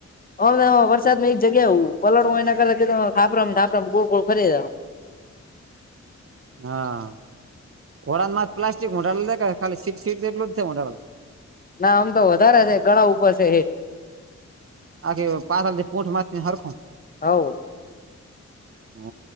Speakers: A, on the left; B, on the right.
A: હમને વરસાદ નની એક જગ્યા હું પલળવું એના કરતા થાપરમ થાપરમ ગોળ ગોળ ફરી
B: હા, કોર માં પ્લાસ્ટિક મોલ દેખ ખાલી સીટ સીટટલું જ થાય મોલ.
A: ના આમ તો વધારે છે ગળા ઉપર છે એજ.
B: આખી પાથળથી પૂંટ માચને સરખું.
A: હ.
B: હ.